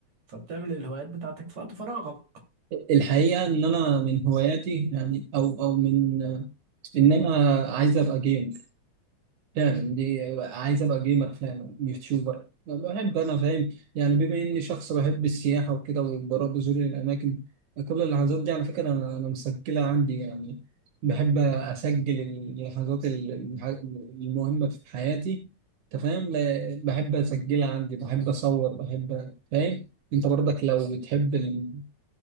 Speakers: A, on the right; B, on the right.
A: فبتعمل الهوايات بتاعتك في وقت فراغك
B: الحقيقه ان انا من هواياتي يعني او او من ان انا عايز ابقى جيم فعلا دي عايز ابقى جيمر فعلا يوتيوبر بحب انا فاهم يعني بما اني شخص بحب السياحه وكده وبروح بزور الاماكن كل اللحظات دي على فكره انا انا مسجلها عندي يعني بحب اسجل اللحظات ال- الح- المهمه في حياتي انت فاهم لا- بحب اسجلها عندي بحب اصور بحب فاهم انت برضك لو بتحب ال-